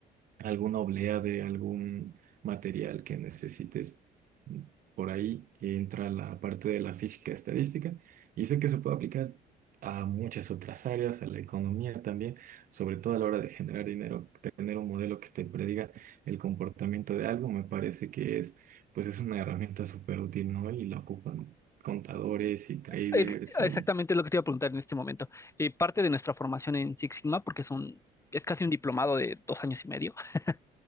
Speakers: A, on the right; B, on the left.
A: alguna oblea de algún material que necesites. mm, Por ahí entra la parte de la física estadística y sé que se puede aplicar a muchas otras áreas, a la economía también, sobre todo a la hora de generar dinero, tener un modelo que te prediga el comportamiento de algo, me parece que es, pues es una herramienta súper útil, ¿no? Y la ocupan contadores y traders
B: El- exactamente
A: y,
B: es lo que te iba a preguntar en este momento. Eh, parte de nuestra formación en Six Sigma, porque es un- es casi un diplomado de dos años y medio, <laughs>